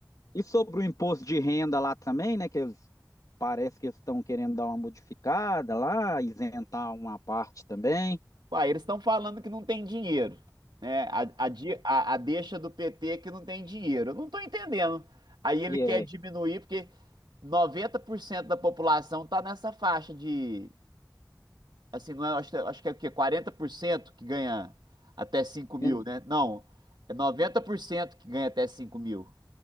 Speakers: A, on the left; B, on the right.
A: e sobre o imposto de renda lá também, né? Que eles, parece que eles estão querendo dar uma modificada lá, isentar uma parte também.
B: Uai, eles estão falando que não tem dinheiro, né? A, a, di- a- a deixa do PT é que não tem dinheiro. Eu não estou entendendo. Aí ele
A: E
B: quer
A: é,
B: diminuir, porque 90% da população está nessa faixa de, assim, não é- acho, que acho que é o quê? 40% que ganha até 5 mil,
A: menos-
B: né? Não, é 90% que ganha até 5 mil.